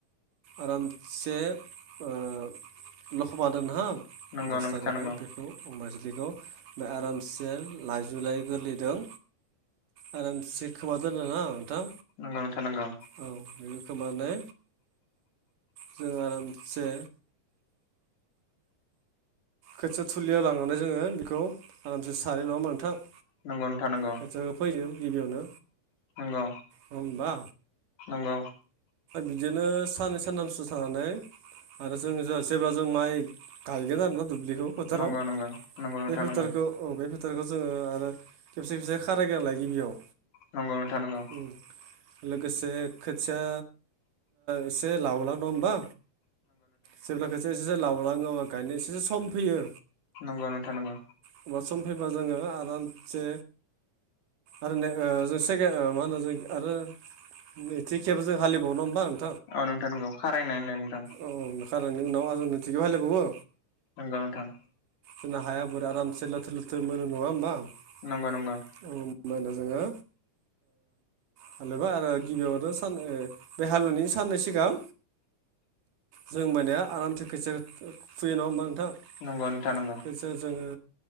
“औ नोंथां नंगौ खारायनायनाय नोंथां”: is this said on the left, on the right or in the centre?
Left